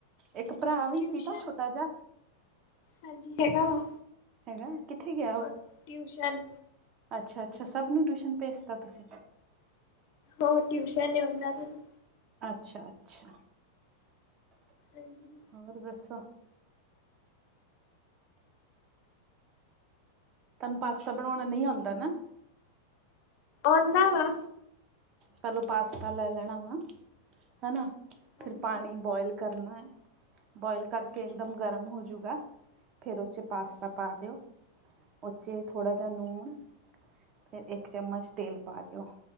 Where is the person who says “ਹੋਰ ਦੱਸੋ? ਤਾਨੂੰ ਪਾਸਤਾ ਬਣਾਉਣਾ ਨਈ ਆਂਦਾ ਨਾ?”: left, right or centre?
Right